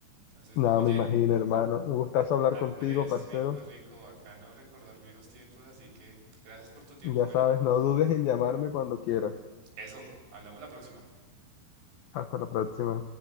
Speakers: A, on the right; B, on the left.
A: Entonces,
B: Nada,
A: no, oye.
B: me imagino, hermano. Un gustazo hablar
A: Andrés,
B: contigo, parcero.
A: rico, rico, bacano recordar viejos tiempos, así que gracias por tu tiempo.
B: Ya
A: Bueno,
B: sabes, no dudes en llamarme cuando quieras.
A: eso, hablamos la próxima.
B: Hasta la próxima.